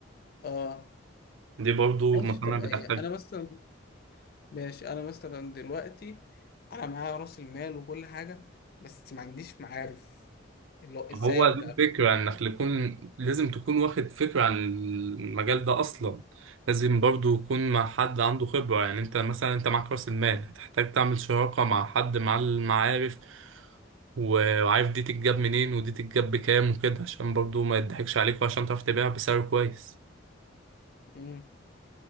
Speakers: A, on the left; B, on the right.
A: اه
B: دي برضو
A: ماشي
B: مصانع
A: طب
B: بتحتاج
A: ايه انا مثلا ماشي انا مثلا دلوقتي انا معايا راس المال وكل حاجه بس ما عنديش معارف اللي هو ازاي
B: هو
A: ابدا
B: دي الفكرة
A: بقى
B: انك يكون لازم تكون واخد فكرة عن المجال ده اصلا لازم برضو يكون مع حد عنده خبرة يعني انت مثلا انت معاك راس المال هتحتاج تعمل شراكة مع حد مع المعارف و- وعارف دي تتجاب منين ودي تتجاب بكام وكده عشان برضو ما يضحكش عليك وعشان تعرف تبيعها بسعر كويس
A: امم